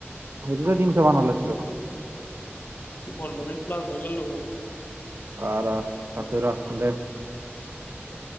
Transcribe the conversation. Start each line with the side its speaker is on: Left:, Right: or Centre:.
Right: সেইটোতো তিনশ মান লৈইছিলো
Left: পোন্ধৰ মিনট প্লাচ হৈ গলো ফোন।
Right: আৰা কতৰা এ দে,
Left: দে,